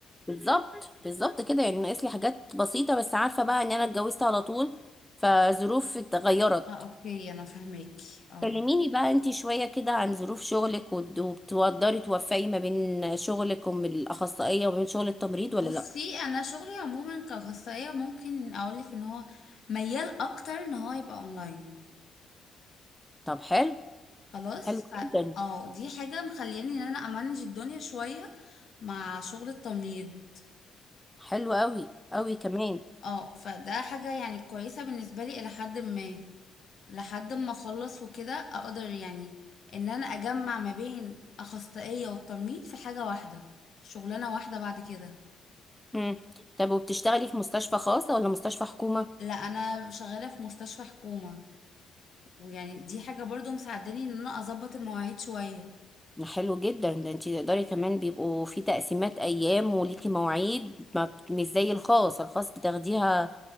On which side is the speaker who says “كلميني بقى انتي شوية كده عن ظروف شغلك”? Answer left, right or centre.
Centre